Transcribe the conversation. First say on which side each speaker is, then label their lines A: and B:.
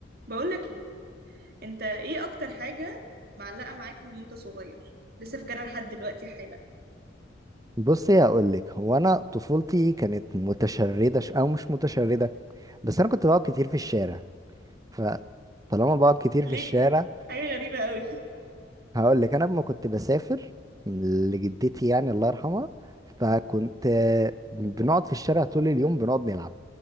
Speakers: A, on the right; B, on the right.
A: بقولك ايه انت ايه اكتر حاجة معلقة معاك من وانت صغير لسه فاكرها لحد دلوقتي حالا
B: بصي هقول لك هو انا طفولتي كانت متشرده ش... او مش متشرده بس انا كنت بقعد كتير في الشارع فطالما بقعد كتير
A: ليه
B: في الشارع
A: حاجة غريبة قوي
B: هقول لك انا لما كنت بسافر لجدتي يعني الله يرحمها فكنت آه، بنقعد في الشارع طول اليوم بنقعد نلعب